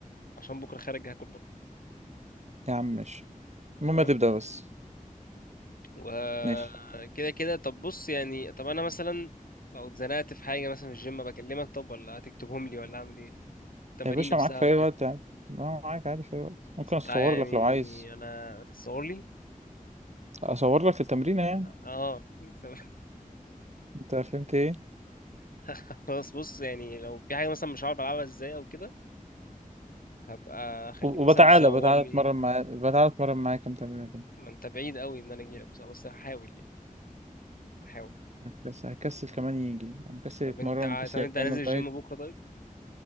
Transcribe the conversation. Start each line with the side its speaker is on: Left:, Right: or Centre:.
Left: عشان بكره خارج هاكل بره
Right: يا عم ماشي المهم
Left: تمام
Right: تبدا بس
Left: وكده
Right: ماشي
Left: كده طب بص يعني طب انا مثلا لو اتزنقت في حاجه مثلا في الجيم بكلمك طب ولا هتكتبهم لي ولا اعمل ايه التمارين
Right: يا باشا
Left: نفسها
Right: معاك في
Left: وكده
Right: اي وقت عادي لا معاك عادي في اي وقت ممكن
Left: بس انت
Right: اصور
Left: يعني
Right: لك لو عايز
Left: انا هتتصور لي
Right: اصور لك التمرين يعني
Left: اه <laughs>
Right: انت فهمت ايه
Left: <laughs> خلاص بص يعني لو في حاجة مثلا مش عارف ألعبها ازاي أو كده هبقى أخليك
Right: وبتعالى
Left: مثلا تصور
Right: بتعالى
Left: لي
Right: اتمرن معاه بتعالى اتمرن معاه كام تمرينة كده
Left: ما أنت بعيد أوي إن أنا أجيلك بس بس هحاول يعني هحاول
Right: هكس- هكسل كمان يجي يعني مكسل
Left: طب
Right: يتمرن
Left: أنت ع-
Right: مكسل
Left: طب أنت هنزل
Right: يعمل
Left: الجيم
Right: دايت
Left: بكرة طيب